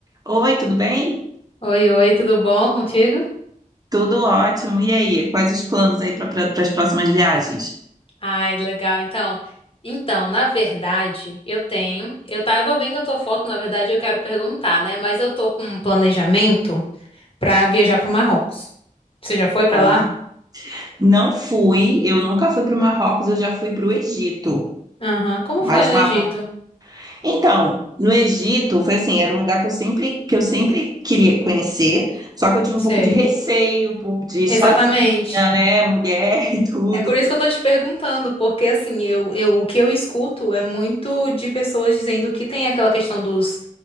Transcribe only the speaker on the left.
Oi, oi, tudo bom contigo?
Ai, legal. Então, então, na verdade, eu tenho, eu tava vendo a tua foto, na verdade, eu quero perguntar, né? Mas eu tô com um planejamento pra viajar pro Marrocos. Você já foi pra
lá?
Aham. Como
foi no
Egito?
Sei.
Exatamente.
É por isso que eu tô te perguntando, porque assim, eu, eu, o que eu escuto é muito de pessoas dizendo que tem aquela questão dos